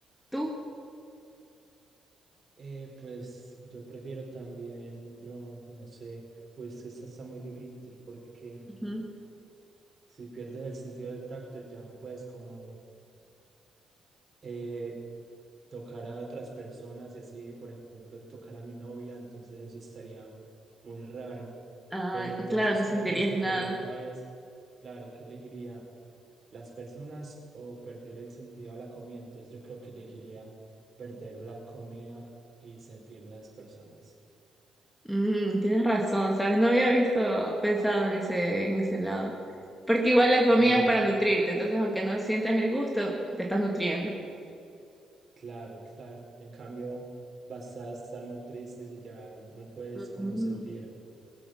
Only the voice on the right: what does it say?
Eh, pues yo prefiero también, no, no sé, uy, es que esta está muy difícil porque
si pierdes el sentido del tacto ya no puedes como eh, tocar a otras personas y así, por ejemplo, tocar a mi novia, entonces eso estaría muy raro.
Pero entonces
creo que esta
pregunta es, claro, ¿qué elegiría las personas o perder el sentido a la comida? Entonces yo creo que elegiría perder la comida y sentir las personas.
Y a ver,
claro, claro. En cambio, vas a estar muy triste si ya no puedes como
sentir